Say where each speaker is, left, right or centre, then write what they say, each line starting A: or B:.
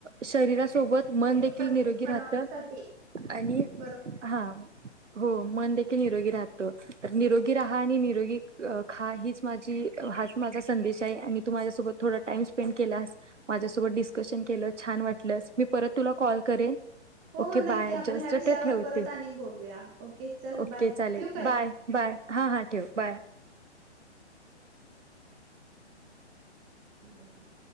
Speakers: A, on the right (about 85°); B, on the right (about 25°).
A: शरीरासोबत मन
B: शरीर
A: देखील
B: मजबूत
A: निरोगी राहत
B: बनवण्यासाठी
A: आणि
B: बरोबर
A: हां
B: आहे.
A: हो मन देेखील निरोगी राहत, तर निरोगी राहा आणि निरोगी अ खा हीच, माझी
B: हा
A: हाच माझा संदेश आहे आणि तू माझ्यासोबत थोडा टाईम स्पेंड केलास, माझ्यासोबत डीस्कशन केल छान वाटले. तुलाच मी परत तुला कॉल करेन.
B: हो
A: ओके
B: हो नक्की
A: बाय
B: आपण
A: जस्ट
B: ह्या विषयावर
A: ते ठेवते
B: परत आणि बोलूया ओके चल
A: ओके
B: बाय
A: चालेल
B: ठेवू काय
A: बाय बाय हा हा ठेव बाय
B: हम्...